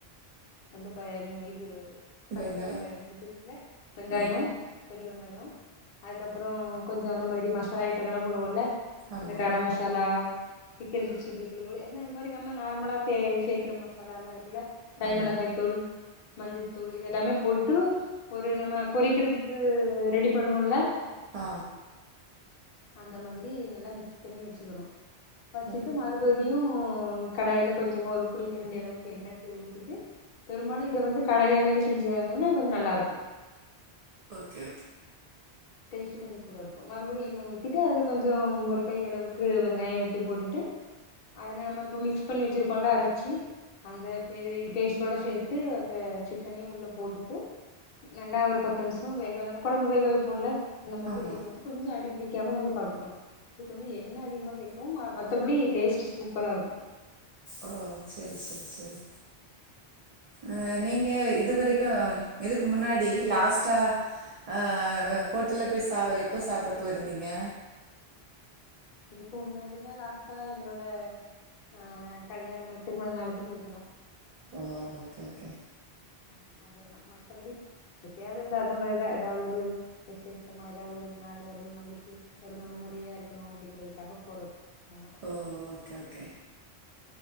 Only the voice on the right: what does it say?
வெங்காயம்
ஆ
ஆமா
ஆமா
ஆ
ஓ
ஓகே
ஆமா
ஓ செரி செரி செரி அ நீங்க இதுவரைக்கும் இதுக்கு முன்னாடி லாஸ்ட்டா ஆ ஹோட்டல்ல போய் எப்போ சாப்பிட போயிருந்தீங்க
அ ஓகே ஓகே
ஓ ஓகே ஓகே